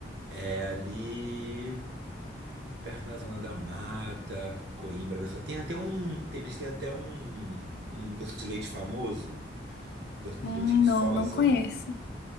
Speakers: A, on the right; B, on the left.
A: É ali. perto da Zona da Mata, Coimbra, só tem até um, tem- eles têm até um, um doce de leite famoso, doce
B: Hum,
A: de leite Viçosa.
B: Não, não conheço.